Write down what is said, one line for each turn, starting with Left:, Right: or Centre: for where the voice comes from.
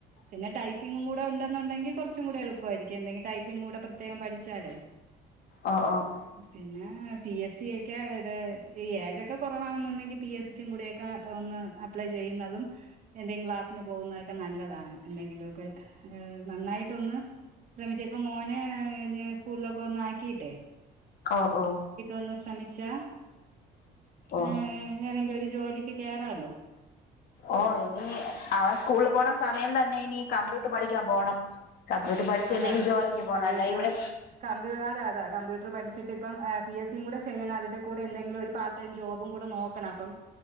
Right: പിന്നെ ടൈപ്പിങ്ങും കൂടെ ഉണ്ടെന്നുണ്ടെങ്കി കൊർച്ചും കൂടെ എളുപ്പായ്രിക്കും എന്തെങ്കി ടൈപ്പിങ്ങൂടെ പ്രത്യേകം പഠിച്ചാലേ
Left: ആഹ് ആഹ്
Right: പിന്നേ പി എസ്സി ഏക്കെ ഇത് ഈ ഏജാെക്കെ കൊറവാണുന്നുണ്ടെങ്കി പി എസ്സിയ്ക്കും കൂടെ എക്കാ ഒന്ന് അപ്ലെ ചെയ്യ്ന്നതും എന്തെങ്കി ക്ലാസ്സ്ന് പോവ്ന്നതെക്കെ നല്ലെതാണ് എന്തെങ്കിലു ഒക്കെ നന്നായിട്ടൊന്ന് ശ്രമിച്ച് ഇപ്പ മോന് ഇഞ്ഞ് സ്കൂൾലൊക്കൊന്നാക്കീട്ടെ
Left: ഓഹ് ഓഹ്
Right: ഒന്ന് ശ്രമിച്ചാ
Left: ഓഹ്
Right: ഏഹ് ഏതെങ്കി ഒര് ജോലിയ്ക്ക് കേറാല്ലോ
Left: ഓഹ് ഇനി അവൻ സ്കൂൾല് പോണ സമയം തന്നെ ഇനി കമ്പ്യൂട്ട്റ് പഠിക്കാം പോണം കംമ്പ്യൂട്ട്റ് പഠിച്ച്
Right: അതാ
Left: എന്തെങ്കി ജോലിക്ക് പോണം
Right: കമ്പ്യൂട്ടർ
Left: അല്ലാ ഇവ്ടെ
Right: കമ്പ്യൂ അതെയതെ കമ്പ്യൂട്ട്റ് പഠിച്ച്ട്ട് ഇപ്പം ഏഹ് പി എസ്സിയും കൂടെ ചെയ്യണം അതിന്റെ കൂടെ എന്തെങ്കിലും ഒര് പാർടൈം ജോബും കൂടെ നോക്കണം അപ്പം